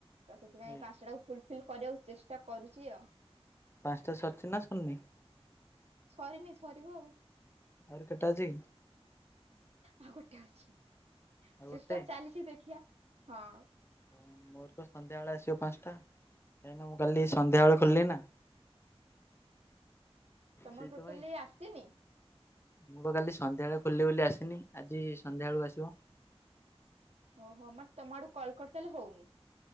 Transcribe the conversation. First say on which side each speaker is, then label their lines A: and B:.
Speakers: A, on the right; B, on the left.
A: ତ ସେଥିପାଇଁ
B: ଆଜ୍ଞା।
A: ପାଞ୍ଚଟା ଟାକୁ ଫୁଲଫିଲ କରିବାକୁ ଚେଷ୍ଟା କରୁଛି ଆଉ।
B: ପାଞ୍ଚଟା ସରିଛି ନା ସରିନି?
A: ସରିନି ସରିବ ଆଉ।
B: ଆହୁରି କେଟା ଅଛି?
A: ଆଉ ଗୋଟେ ଅଛି
B: ଆଉ ଗୋଟେ
A: ଚେଷ୍ଟା ଚାଲିଛି ଦେଖିବା, ହଁ।
B: ହଁ ମୋର ତ ସନ୍ଧ୍ୟାବେଳେ ଆସିବ ପାଞ୍ଚଟା କାହିଁକିନା ମୁଁ କାଲି ସନ୍ଧ୍ୟାବେଳେ ଖୋଲିଲି ନା।
A: ତମର
B: ସେଇଥିପାଇଁ
A: ଟୋଟାଲି ଆସିନି?
B: ମୁଁ ପା କାଲି ସନ୍ଧ୍ୟାବେଳେ ଖୋଲିଲି ବୋଲି ଆସିନି ଆଜି ସନ୍ଧ୍ୟା ବେଳକୁ ଆସିବ।
A: ଓହୋ ମାନେ ତମ ଆଡୁ କଲ୍ କରି ତାହେଲେ ହଉନି।